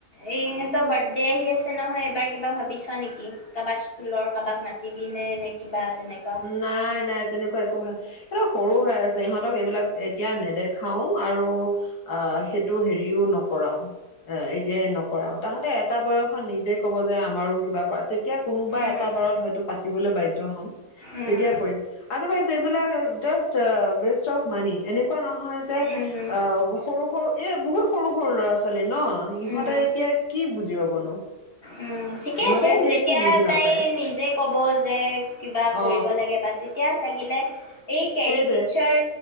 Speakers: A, on the left; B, on the left.
A: এই ইহঁতৰ বাৰ্থডে আহি আছে নহয় এইবাৰ কিবা ভাবিছ নেকি? কাবাৰ স্কুলৰ কাবাক মাতিবি নে, নে কিবা তেনেকুৱা।
B: নাই, নাই তেনেকুৱা একো ভাল সিহঁতে সৰু হৈ আছে ইহঁতক এইবিলাক এতিয়া নেদেখাও আৰু অ' সেই টো হেৰিও নকৰাও অ' এতিয়া নকৰাও। তহঁতে এটা বয়সত নিজে ক'ব যে আমাৰো কিবা কৰাত যেতিয়া কোনোবা
A: উম,
B: এটা বাৰত হয়তো পাতিবলৈ বাধ্য হম
A: উম,
B: তেতিয়া কৰিম আদাৰ ৱাইচ এইবিলাক জাষ্ট ৱেষ্ট অফ মানি এনেকুৱা নহয় যে
A: উম,
B: অ' সৰু, সৰু ইয়ে বহুত সৰু, সৰু ল'ৰা ছোৱালি ন' ইহঁতে
A: উম,
B: এতিয়া কি বুজি পাবনো।
A: উম, ঠিকে
B: ইহঁতে
A: আছে
B: এতিয়া
A: যেতিয়া
B: একো বুজি নাপায়
A: তাই নিজে ক'ব যে কিবা কৰিব
B: অ
A: লাগে বা- তেতিয়া লাগিলে এই কেৰিকেচাৰ
B: সেইটোৱে